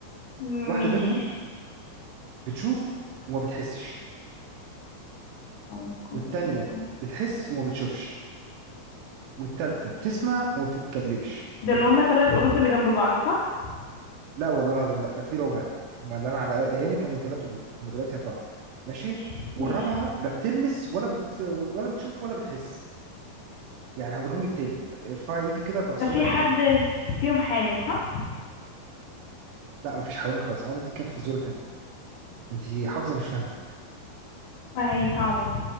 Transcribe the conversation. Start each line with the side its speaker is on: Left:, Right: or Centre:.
Left: ماشي
Right: واحده منهم بتشوف وما بتحسش
Left: أعوذ
Right: والتانيه
Left: بالله.
Right: بتحس وما بتشوفش والتالته بتسمع وما بتتكلمش
Left: ده اللي هما تلات قرود اللي جنب بعض صح
Right: لا والله العظيم لا ده في رابع هما اللي انا على ايامي كانوا ثلاث قرود هما دلوقتي اربعه ماشي
Left: ماشي
Right: والرابعه
Left: ماشي
Right: لا بتلمس ولا بت ولا بتشوف ولا بتحس يعني هقولهم لك تاني ارفعي ايدك كده اربع صوابع
Left: ده في حد
Right: كده
Left: فيهم حامل صح
Right: لا مفيش حوامل خالص الحوامل دي كانت فزوره تانيه انت حافظه مش فاهمه
Left: ما هي صعبة